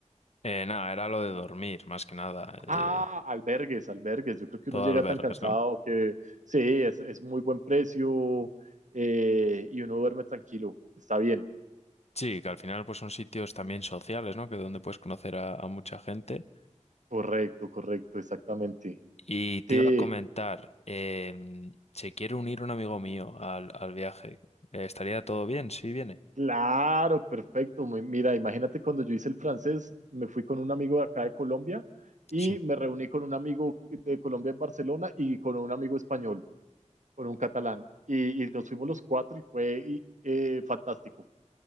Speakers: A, on the left; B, on the right.
A: Eh, nada, era lo de dormir, más que nada. Eh,
B: Ah, albergues, albergues. Yo creo que
A: todo
B: uno llega
A: albergues,
B: tan cansado
A: ¿no?
B: que sí, es, es muy buen precio eh, y uno duerme tranquilo. Está bien.
A: Sí, que al final pues son sitios también sociales, ¿no? Que donde puedes conocer a, a mucha gente.
B: Correcto, correcto, exactamente.
A: Y te
B: Sí,
A: iba a comentar, em, se quiere unir un amigo mío al, al viaje. Eh, ¿estaría todo bien si viene?
B: Claro, perfecto. Muy- Mira, imagínate cuando yo hice el francés, me fui con un amigo de acá de Colombia y
A: Sí.
B: me reuní con un amigo de Colombia en Barcelona y con un amigo español, con un catalán. Y, y nos fuimos los cuatro y fue y, eh, fantástico,